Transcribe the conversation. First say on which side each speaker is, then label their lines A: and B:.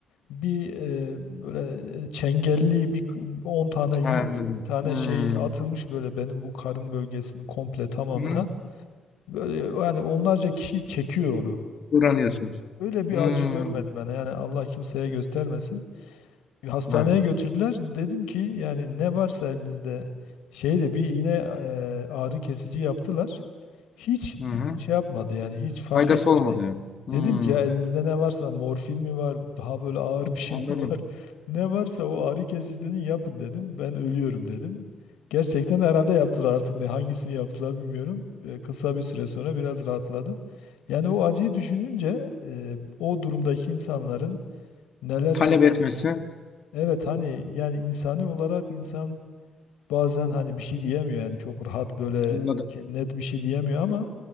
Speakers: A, on the left; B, on the left.
A: bir e, böyle e, çengelli bir 10 tane yü-
B: Anladım.
A: 20 tane
B: Hı
A: şey atılmış böyle benim bu karın bölgesinin komple tamamına.
B: hı.
A: Böyle yani onlarca kişi çekiyor onu.
B: Uğranıyorsunuz.
A: Öyle bir
B: Hı hı.
A: acı görmedim ben yani Allah kimseye göstermesin hastaneye
B: Evet.
A: götürdüler. Dedim ki yani ne varsa elinizde şeyle bir iğne e, ağrı kesici yaptılar. Hiç e,
B: Hı hı.
A: şey yapmadı yani hiç fark
B: Faydası
A: etmedi.
B: olmadı yani. Hı.
A: Dedim ki ya elinizde ne varsa morfin mi var daha böyle ağır bir şey
B: Anladım.
A: mi var <laughs> ne varsa o ağrı kesiciden yapın dedim ben ölüyorum dedim. Gerçekten herhalde yaptılar artık ne hangisini yaptılar bilmiyorum. E, kısa bir süre sonra biraz rahatladım. Yani o acıyı düşününce e, o durumdaki insanların neler
B: Talep
A: çektiğini
B: etmesi.
A: Evet hani yani insani olarak insan bazen hani bir şey diyemiyor yani çok rahat böyle
B: Anladım.
A: ke- net bir şey diyemiyor ama